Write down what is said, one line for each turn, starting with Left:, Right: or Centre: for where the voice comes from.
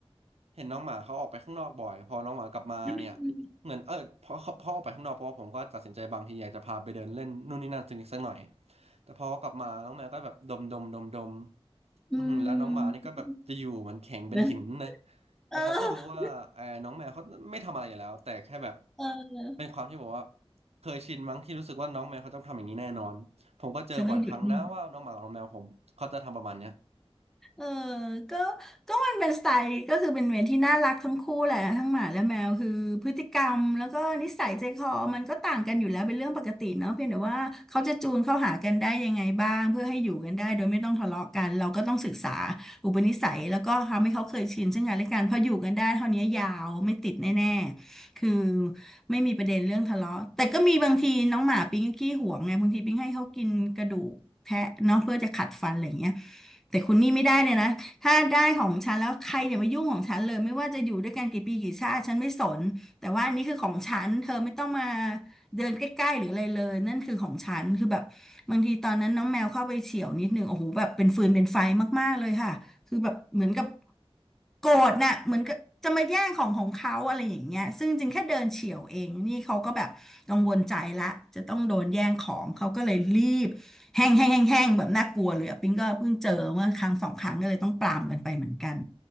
Right: เห็นน้องหมาเขาออกไปข้างนอกบ่อยพอน้องหมากลับมาเนี่ย
Centre: อ
Right: เหมือนเออพอเขาพอออกไปข้างนอกเพราะว่าผมก็ตัดสินใจบางทีอยากจะพาไปเดินเล่นนู่นนี่นั่นสักนิดสักหน่อย แต่พอกลับมาน้องแมวก็แบบดมดมดมดมอือหือแล้วน้องหมานี่ก็แบบจะอยู่เหมือนแข็งเป็นหินนะ
Centre: ืม <laughs>
Right: แต่เขาก็รู้ว่าเออน้องแมวเขาไม่ทำอะไรอยู่แล้วแต่แค่แบบ
Centre: เออเออ
Right: เป็นความที่บอกว่าเคยชินมั้งที่รู้สึกว่าน้องแมวเขาต้องทำอย่างนี้แน่นอนผมก็เจอบ่อยครั้งนะว่าน้องหมากับน้องแมวผมเขาจะทำประมาณเนี้ย
Centre: ฉันต้องหยุดนิ่ง เออก็ก็มันเป็นสไตล์ก็คือเป็นเวรที่น่ารักทั้งคู่แหละทั้งหมาและแมวคือพฤติกรรมแล้วก็นิสัยใจคอมันก็ต่างกันอยู่แล้วเป็นเรื่องปกติเนาะเพียงแต่ว่าเขาจะจูนเข้าหากันได้ยังไงบ้างเพื่อให้อยู่กันได้โดยไม่ต้องทะเลาะกันเราก็ต้องศึกษาอุปนิสัยแล้วก็ทำให้เขาเคยชินซึ่งกันและกันพออยู่กันได้เท่านี้ยาวไม่ติดแน่ๆคือไม่มีประเด็นเรื่องทะเลาะแต่ก็มีบางทีน้องหมาปิ๊งก็ขี้หวงไงบางทีปิ๊งให้เขากินกระดูกแทะเนาะเพื่อจะขัดฟันอะไรอย่างเงี้ย แต่คุณนี่ไม่ได้เลยนะถ้าได้ของฉันแล้วใครอย่ามายุ่งของฉันเลยไม่ว่าจะอยู่ด้วยกันกี่ปีกี่ชาติฉันไม่สนแต่ว่าอันนี้คือของฉันเธอไม่ต้องมาเดินใกล้ๆหรืออะไรเลยนั่นคือของฉันคือแบบบางทีตอนนั้นน้องแมวเข้าไปเฉี่ยวนิดหนึ่งโอ้โหแบบเป็นฟืนเป็นไฟมากๆเลยค่ะ คือแบบเหมือนกับโกรธน่ะเหมือนกับจะมาแย่งของของเขาอะไรอย่างเงี้ยซึ่งจริงแค่เดินเฉี่ยวเองนี่เขาก็แบบกังวลใจละจะต้องโดนแย่งของเขาก็เลยรีบแห้งแห้งแห้งแห้งแบบน่ากลัวเลยอะปิ๊งก็เพิ่งเจอเมื่อครั้งสองครั้งก็เลยต้องปรามกันไปเหมือนกัน